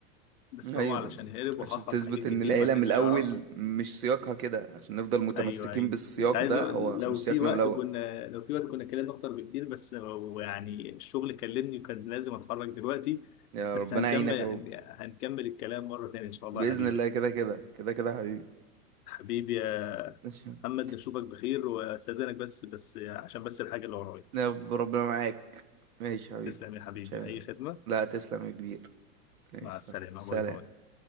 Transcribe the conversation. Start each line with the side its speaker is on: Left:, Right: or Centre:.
Left: بس
Right: ايوه
Left: هو علشان هرب
Right: عشان
Left: وحصل
Right: تثبت
Left: حاجات كتير
Right: ان العيله
Left: ما كانش
Right: من الاول
Left: يعرفها
Right: مش سياقها كده عشان نفضل متمسكين
Left: ايوه ايوه
Right: بالسياق
Left: انت عايز
Right: ده
Left: أقول-
Right: هو
Left: لو
Right: مش
Left: في
Right: سياقنا
Left: وقت
Right: من الاول
Left: كنا لو في وقت كنا اتكلمنا اكتر بكتير بس هو يعني الشغل كلمني وكان لازم اتحرك دلوقتي
Right: يا
Left: بس
Right: ربنا
Left: هنكمل
Right: يعينك يا
Left: هن-
Right: بابا
Left: هنكمل الكلام مره تانيه ان شاء الله
Right: باذن
Left: يا حبيبي
Right: الله كده كده كده كده حبيبي
Left: حبيبي يا
Right: ماشي يا بابا.
Left: محمد نشوفك بخير واستاذنك بس بس عشان بس الحاجه اللي ورايا
Right: <laughs> يا رب ربنا معاك ماشي يا حبيبي
Left: تسلم يا حبيبي
Right: ماشي يا بابا.
Left: اي خدمه
Right: لا تسلم يا كبير ماشي
Left: مع السلامة
Right: يلا. سلام
Left: باي باي